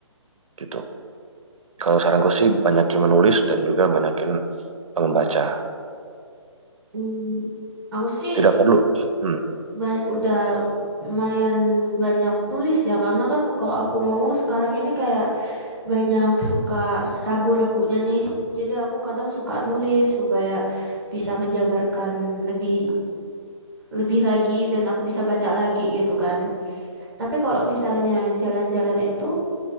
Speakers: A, on the right; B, in the centre.
A: Gitu. Kalau saranku sih banyakin menulis dan juga banyakin eh, membaca.
B: hmm. Aku sih
A: Tidak perlu. Hmm.
B: ba- udah lumayan banyak nulis ya karena kan kalau aku ngomong sekarang ini kayak banyak suka ragu-ragunya nih. Jadi aku kadang suka nulis supaya bisa menjabarkan lebih lebih lagi dan aku bisa baca lagi gitu kan. Tapi kalau misalnya jalan-jalan itu